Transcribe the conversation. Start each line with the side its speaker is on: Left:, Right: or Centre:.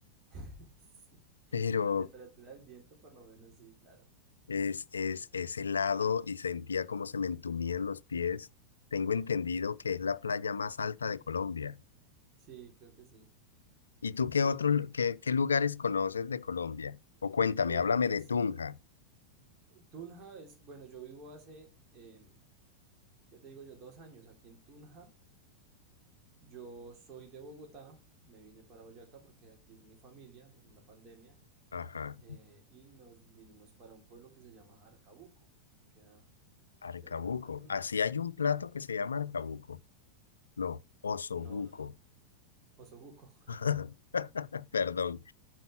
Right: <laughs> Sí,
Left: Pero,
Right: la temperatura del viento por lo menos sí, claro.
Left: Es, es, es helado y sentía como se me entumían los pies. Tengo entendido que es la playa más alta de Colombia.
Right: Sí, creo que sí.
Left: ¿Y tú qué
Right: Sí,
Left: otros,
Right: tiene un título.
Left: qué, qué lugares conoces de Colombia? O cuéntame,
Right: Bueno,
Left: háblame
Right: pues
Left: de Tunja.
Right: Tunja es, bueno, yo vivo hace, em, ¿qué te digo yo? Dos años aquí en Tunja. Yo soy de Bogotá, me vine para Boyacá porque aquí es mi familia en la pandemia
Left: Ajá,
Right: eh, y nos vinimos para un pueblo que se llama Arcabuco, que queda
Left: Arcabuco.
Right: cerca a Tunja.
Left: Así hay un plato que se llama Arcabuco. No, osobuco.
Right: No, no, no, Osobuco.
Left: <laughs> Perdón.